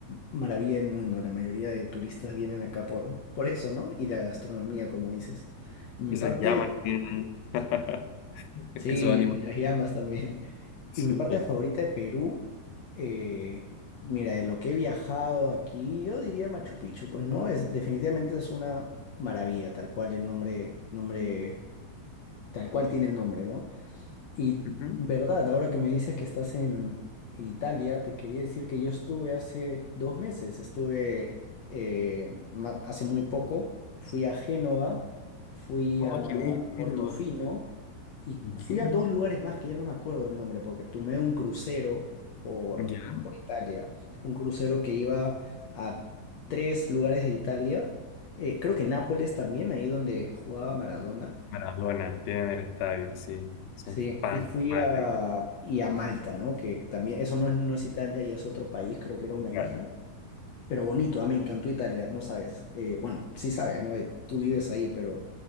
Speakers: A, on the left; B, on the left.
A: maravilla del mundo. La mayoría de turistas vienen acá por, por eso, ¿no? Y la gastronomía, como dices. Y mi
B: Y Esas
A: parte,
B: llamas que tienen. <laughs> Esos
A: sí,
B: animales.
A: y las llamas también. <laughs> Y
B: Sí.
A: mi parte favorita de Perú, eh, mira, de lo que he viajado aquí, yo diría Machu Picchu. Pues no, es, definitivamente es una maravilla, tal cual el nombre, nombre, tal cual tiene el nombre, ¿no? Y
B: Ujú.
A: verdad, ahora que me dices que estás en, en Italia, te quería decir que yo estuve hace dos meses, estuve eh, ma- hace muy poco, fui a Génova, fui
B: Oh,
A: a
B: qué bello.
A: Portofino
B: qué lindo.
A: y
B: ¿En
A: fui
B: qué,
A: a
B: no?
A: dos lugares más que ya no me acuerdo el nombre, porque tomé un crucero por,
B: ¿Ya?
A: por Italia, un crucero que iba a tres lugares de Italia, eh, creo que Nápoles también, ahí donde jugaba Maradona.
B: Maradona, tienen el estadio, sí. Son
A: Sí,
B: fans,
A: y fui
B: madre
A: a,
B: mía,
A: y a Malta, ¿no? Que también, eso no es, no es Italia y es otro país, creo que era una
B: Claro,
A: isla, pero bonito, ah, me encantó Italia, no sabes, eh, bueno, sí sabes, ¿no? Eh, tú vives ahí, pero